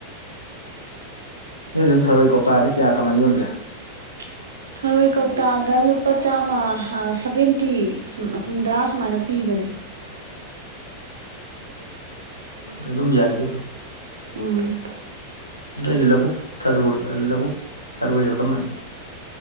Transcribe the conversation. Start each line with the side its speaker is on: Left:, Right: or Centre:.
Left: ꯅ‌ꯣꯏ ꯗ‌ꯣꯝ ꯊꯔꯣꯏ ꯀꯧꯇꯥꯗ ꯀꯌꯥ ꯀꯃꯥꯏꯅ ꯌꯣꯟꯒꯦ
Right: <unintelligible> ꯊꯔꯣꯏ ꯀꯧꯇꯥꯗ ꯂꯨꯄꯥ ꯆꯥꯝꯃ ꯁꯕꯦꯟꯇꯤ ꯍꯨꯝꯗ꯭ꯔꯥ ꯁꯨꯃꯥꯏꯅ ꯄꯤꯕꯅꯦ
Left: ꯑꯗꯨꯝ ꯌꯥꯏꯗ
Right: ꯎꯝ
Left: ꯑꯩꯁꯦ ꯂꯧꯕꯨꯛ ꯊꯥꯔꯣꯢ ꯂꯧꯕꯨꯛ ꯊꯔꯣꯏꯅ ꯀꯔꯝꯕꯅꯣ